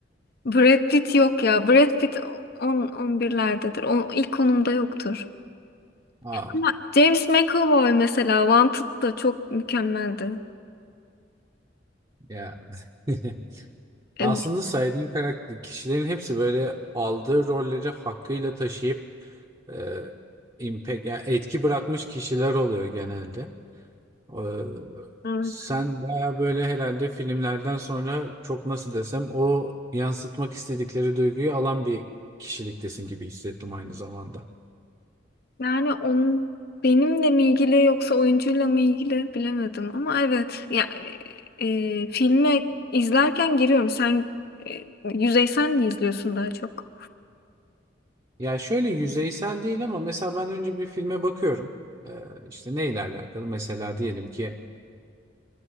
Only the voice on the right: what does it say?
Aa,
ya. <laughs>
Aslında saydığım karakter kişilerin hepsi böyle aldığı rolleri hakkıyla taşıyıp e, impact, yani etki bırakmış kişiler oluyor genelde. Ee,
sen baya böyle herhalde filmlerden sonra çok nasıl desem o yansıtmak istedikleri duyguyu alan bir kişiliktesin gibi hissettim aynı zamanda.
Ya şöyle yüzeysel değil ama mesela ben önce bir filme bakıyorum. Ee, işte neyle alakalı? Mesela diyelim ki